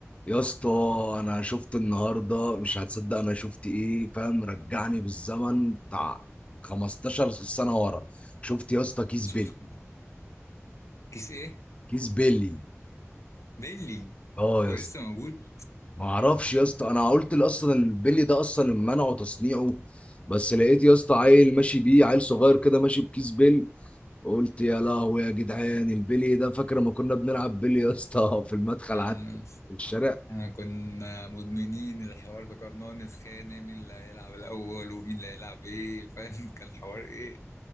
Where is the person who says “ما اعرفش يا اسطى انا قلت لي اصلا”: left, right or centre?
Left